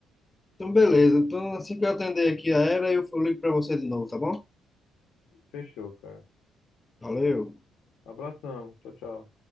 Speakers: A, on the left; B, on the left.
A: Então, beleza. Então, assim que eu atender aqui a Era, eu ligo para você de novo, tá bom?
B: Fechou, cara.
A: Valeu.
B: Abração. Tchau, tchau.